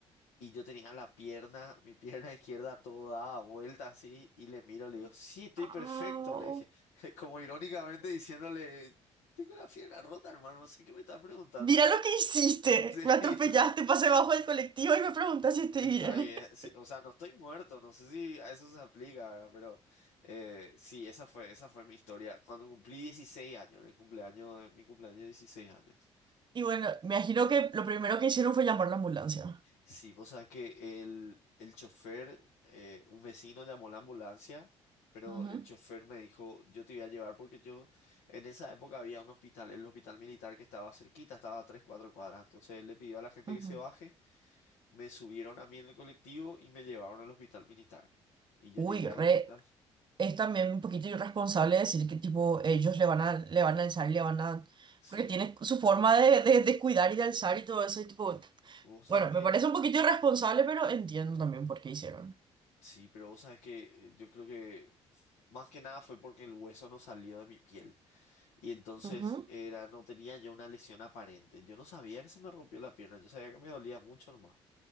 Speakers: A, on the left; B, on the right.
A: Y yo tenía la pierna, mi pierna <laughs> izquierda todo daba vuelta así y le miro, le digo, sí, estoy perfecto,
B: Au.
A: le dije,
B: <laughs>
A: <laughs> como irónicamente diciéndole, tengo la pierna rota, hermano, no sé qué me está preguntando.
B: Mira
A: ¿verdad?".
B: lo que hiciste.
A: <laughs> Sí,
B: Me atropellaste, pasé bajo del colectivo y me preguntas si estoy
A: está
B: bien.
A: bien,
B: <laughs>
A: sí, o sea, no estoy muerto, no sé si a eso se aplica, ¿verdad? Pero eh, sí, esa fue, esa fue mi historia. Cuando cumplí 16 años, en el cumpleaños, en mi cumpleaños de 16 años.
B: Y bueno, me imagino que lo primero que hicieron fue llamar la ambulancia.
A: Sí, vos sabés que el, el chofer, eh, un vecino llamó la ambulancia, pero
B: Ujú,
A: el chofer me dijo, yo te voy a llevar porque yo, en esa época había un hospital, el hospital militar que estaba cerquita, estaba a tres, cuatro cuadras. Entonces él le pidió a la gente
B: ujú.
A: que se baje, me subieron a mí en el colectivo y me llevaron al hospital militar. Y yo
B: Uy,
A: llegué
B: re,
A: al hospital,
B: es también un poquito irresponsable decir que tipo ellos le van a, le van a alzar y le van a...
A: sí.
B: Porque tiene su forma de, de, de cuidar y de alzar y todo eso y tipo...
A: Vos sabés
B: Bueno,
A: que,
B: me parece un poquito irresponsable, pero entiendo también por qué hicieron.
A: sí, pero vos sabés que eh, yo creo que más que nada fue porque el hueso no salió de mi piel. Y entonces
B: Ujú.
A: era, no tenía yo una lesión aparente. Yo no sabía que se me rompió la pierna, yo sabía que me dolía mucho nomás.